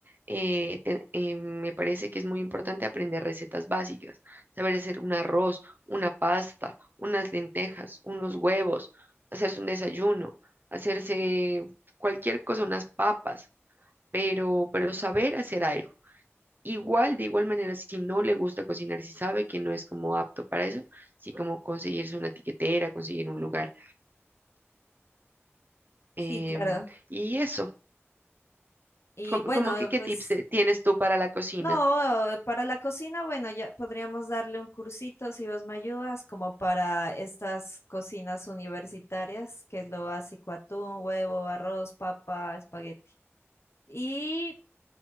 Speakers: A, on the right; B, on the left.
A: eh, te- eh, me parece que es muy importante aprender recetas básicas, saber hacer un arroz, una pasta, unas lentejas, unos huevos, hacerse un desayuno, hacerse cualquier cosa, unas papas, pero, pero saber hacer algo. Igual, de igual manera, si no le gusta cocinar, si sabe que no es como apto para eso, sí como conseguirse una tiquetera, conseguir un lugar Em,
B: Sí, claro.
A: y eso,
B: Y
A: como,
B: bueno,
A: como que qué
B: pues
A: tips te- tienes tú para la cocina?
B: no, para la cocina, bueno, ya podríamos darle un cursito si vos me ayudas, como para estas cocinas universitarias, que es lo básico, atún, huevo, arroz, papa, espagueti. Y